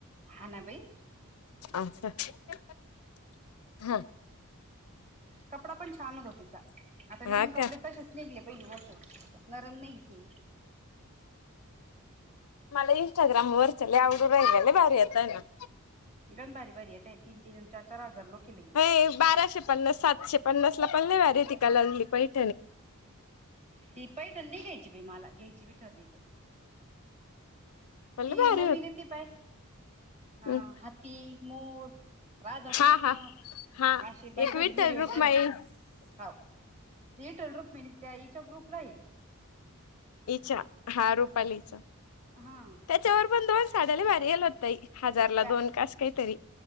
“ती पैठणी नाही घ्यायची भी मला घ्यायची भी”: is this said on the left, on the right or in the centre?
Right